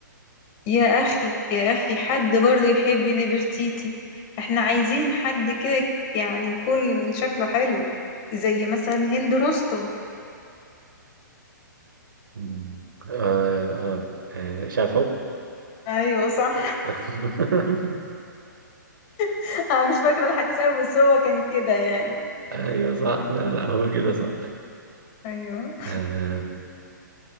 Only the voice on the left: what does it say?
يا أخي يا أخي حد برضو يحب نفرتيتي احنا عايزين حد كده يعني يكون شكله حلو زي مثلا هند رستم
ايوه صح
<laughs> انا مش فاكره الحديث قوي بس هو كان كده يعني
ايوه